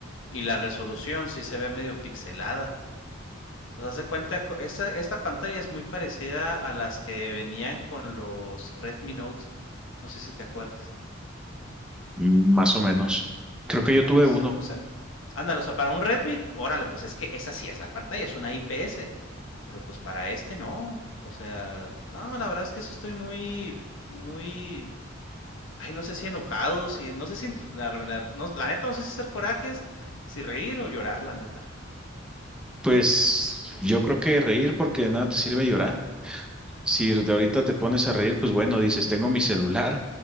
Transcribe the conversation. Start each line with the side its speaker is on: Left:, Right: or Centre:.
Left: y la resolución sí se ve medio pixelada. O sea, se cuenta, esta, esta pantalla es muy parecida a las que venían con los Redmi Note, no sé si te acuerdas.
Centre: Mm, Más o menos. Creo que yo
Left: Ay,
Centre: tuve
Left: pues,
Centre: uno.
Left: o sea, ándale, o sea, para un Redmi, órale, pues es que esa sí es la pantalla, es una IPS. Pero pues para este no. O sea, no, la verdad es que sí estoy muy, muy. Ay, no sé si enojado, si. No sé si. La, la- no- la neta, no sé si hacer corajes, si reír o llorar, la neta.
Centre: Pues yo creo que reír porque de nada te sirve llorar. Si de ahorita te pones a reír, pues bueno, dices, tengo mi celular,